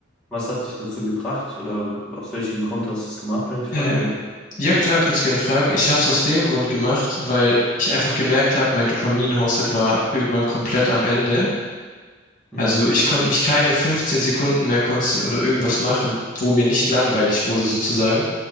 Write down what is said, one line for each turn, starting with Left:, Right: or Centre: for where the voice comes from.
Centre: was hat dich dazu gebracht oder aus welchem Grund hast du es gemacht, wenn ich
Left: Äh,
Centre: fragen darf?
Left: Ja, klar, kannst gerne fragen. Ich habe es aus dem Grund gemacht, weil ich einfach gemerkt habe, mein Dopamin-Haushalt war irgendwann komplett am Ende.
Centre: Mhm.
Left: Also ich konnte mich keine 15 Sekunden mehr konz- oder irgendwas machen, wo mir nicht langweilig wurde sozusagen.